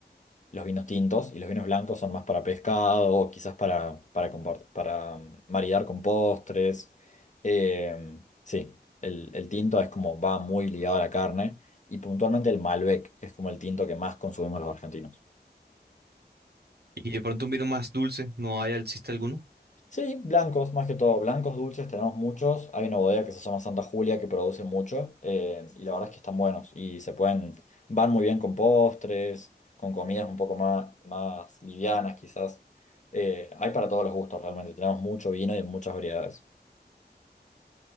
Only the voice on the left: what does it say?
los vinos tintos y los vinos blancos son más para pescado o quizás para, para, compart- para mm, maridar con postres. Em, sí, el, el tinto es como va muy ligado a la carne y puntualmente el Malbec, que es como el tinto que más consumimos los argentinos.
Sí, blancos, más que todo, blancos dulces tenemos muchos. Hay una bodega que se llama Santa Julia que produce mucho eh, y la verdad es que están buenos y se pueden, van muy bien con postres, con comidas un poco más, más livianas quizás. Eh, hay para todos los gustos realmente, tenemos mucho vino y en muchas variedades.